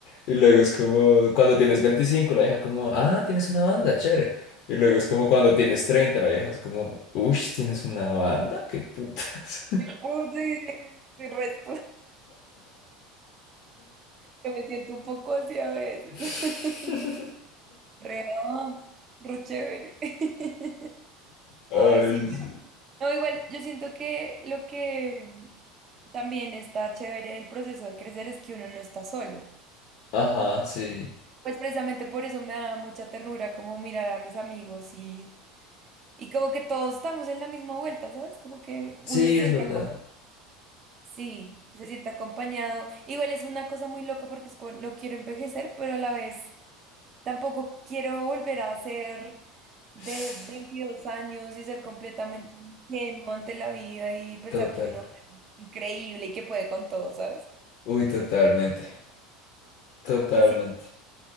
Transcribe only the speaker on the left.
Y luego es como, cuando tienes 25 la vieja como, ah, tienes una banda, chévere. Y luego es como cuando tienes treinta la vieja es como, uy, ¿tienes una banda? ¡Qué putas!
<laughs>
Ay,
sí.
Ajá, sí.
Sí,
es verdad.
<sighs>
Total.
Uy, totalmente. Totalmente.